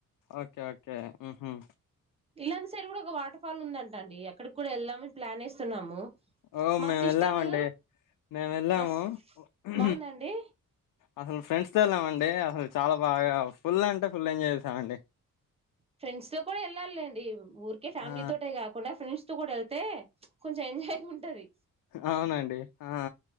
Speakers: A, on the left; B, on the right.
A: ఓకే ఓకే మ్మ్
B: ఇలాంటి సైడ్ కూడా ఒక వాటర్ ఫాల్ ఉందంట అండి అక్కడకి కూడా వెళ్దామని ప్లాన్ వేస్తున్నాము
A: ఓ
B: మా
A: మేమ్
B: సిస్టరు
A: వెళ్ళామండి మేము వెళ్ళాము
B: మా
A: ఉహ
B: బాగుందండి
A: అసలు ఫ్రెండ్స్ ఫ్రెండ్స వెళ్ళామండి అసలు చాలా బాగా ఫుల్ అంటే ఫుల్ ఎంజాయ్ చేసామండి
B: ఫ్రెండ్స్ తో కూడా వెల్లాలేండి లేండి ఊరికే ఫ్యామిలీ
A: ఆ
B: తోటే కాకుండా ఫ్రెండ్స్ ఫ్రెండ్స్ తో కూడా వెళ్తే కొంచెం ఎంజాయ్గ ఉంటది
A: అవునండి అఅ